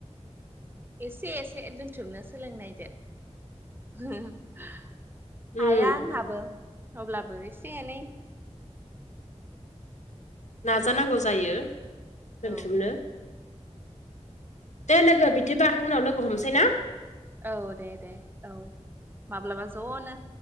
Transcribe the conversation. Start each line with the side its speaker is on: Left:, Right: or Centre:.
Right: एसे एसे दोनथुमनो सोलोंनायदो। <unintelligible>
Left: उम
Right: हाया आंहाबो अब्लाबो एसे एनै
Left: नाजानांगौ जायो दोनथुमनो।
Right: औ
Left: दे लोगो बिदिबा उनाव लोगो हमसै ना।
Right: औ दे दे औ माब्लाबा ज'नो